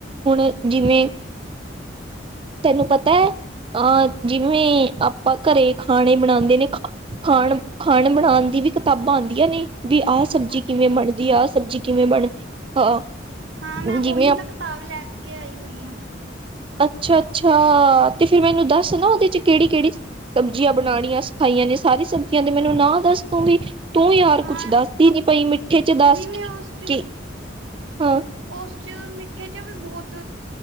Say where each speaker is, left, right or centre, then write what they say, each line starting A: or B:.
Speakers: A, on the right; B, on the right.
A: ਹੁਣ ਜਿਵੇਂ ਤੈਨੂੰ ਪਤਾ ਐ ਆ ਜਿਵੇਂ ਆਪਾਂ ਘਰੇ ਖਾਣੇ ਬਣਾਉਂਦੇ ਨੇ ਖਾਣ ਖਾਣ ਬਣਾਉਣ ਦੀ ਵੀ ਕਿਤਾਬਾਂ ਆਉਂਦੀਆਂ ਨੇ ਵੀ ਆਹ ਸਬਜ਼ੀ
B: ਹਾਂ
A: ਕਿਵੇਂ ਬਣਦੀ ਆ ਸਬਜ਼ੀ ਕਿਵੇਂ ਬਣਦੀ ਹਾਂ।
B: ਹਾਂ ਮੈਂ ਉਹੀ
A: ਜਿਵੇਂ
B: ਤਾਂ ਕਿਤਾਬ ਲੈ ਕੇ ਆਈ ਹੋਈ ਹੈ।
A: ਅੱਛਾ ਅੱਛਾ ਤੇ ਫਿਰ ਮੈਨੂੰ ਦੱਸ ਨਾ ਉਹਦੇ ਚ ਕਿਹੜੀ ਕਿਹੜੀ ਸਬਜ਼ੀਆਂ ਬਣਾਉਣੀਆਂ ਸਿਖਾਈਆਂ ਨੇ ਸਾਰੀ ਸਬਜ਼ੀਆਂ ਤੇ ਮੈਨੂੰ ਨਾ ਦੱਸ ਧੋਣੀ ਤੂੰ ਯਾਰ
B: ਹਾਂ
A: ਕੁਛ ਦੱਸਦੀ ਨੀ ਪਈ ਮਿੱਠੇ ਚ ਦੱਸ
B: ਜਿਵੇਂ ਉਸ ਚ
A: ਕੀ ਹਾਂ।
B: ਉਸ ਚ ਮਿੱਠੇ ਚ ਵੀ ਬਹੁਤ